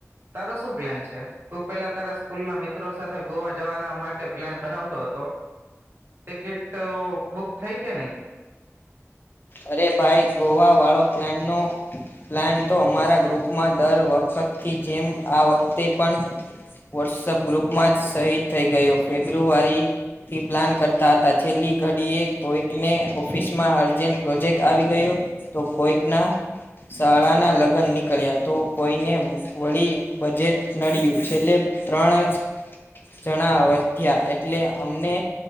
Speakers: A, on the right; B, on the left.
A: તારો શું પ્લાન છે, તું પેલા સ્કૂલ ના મિત્રો સાથે ગોવા જવાના માટે પ્લાન બનાવતો હતો ટિકિટઓ બુક થઈ? કે નઈ?
B: અરે ભાઈ ગોવા વાળો પ્લાનનો પ્લાન તો અમારા ગ્રુપમાં દર વખતથી જેમ આ વખતે પણ વોટ્સપ ગ્રુપમાં જ શહીદ થઈ ગયો ફેબ્રુઆરીથી પ્લાન કરતા હતા છેલ્લી ઘડીએ કોઈકને ઓફિસમાં અર્જન્ટ પ્રોજેક્ટ આવી ગયો તો કોઈકના શાળાના લગ્ન નીકળ્યા તો કોઈને વળી બજેટ નડ્યું છેલ્લે. ત્રણ જ. જણા વધ્યા એટલે અમને